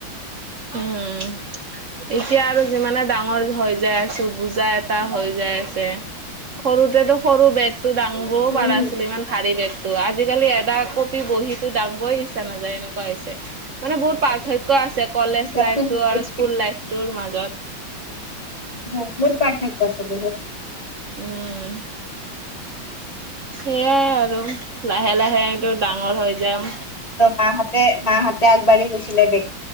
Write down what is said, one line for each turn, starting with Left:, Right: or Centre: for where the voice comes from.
Right: উমঁ। এতিয়া আৰু যিমানে ডাঙৰ হৈ যাই আছো বুজি বোজা এটা
Left: এতিয়া
Right: হৈ যাই আছে। সৰুতেটো সৰু বেগতটো দাঙবও
Left: উম,
Right: পাৰা নাছিলো ইমান- ভাৰী বেগতটো। আজিকালি এটা কপি বহিতো দাঙিব বই ইচছা নাযায় এনেকুৱা হৈছে। মানে বহুত পাৰ্থক্য আছে কলেজ
Left: কিতাপটো
Right: লাইফতটো
Left: নিদিলেই
Right: আৰু স্কুল লাইফটোৰ মাজত।
Left: হয়। বহুত পাৰ্থক্য আছে বহুত।
Right: উমঁ। সেইয়াই আৰু লাহে-লাহেটো ডাঙৰ হৈ যাম।
Left: মাঁহতে-মাঁহতে আগবাঢ়ি গৈছিলে বেগ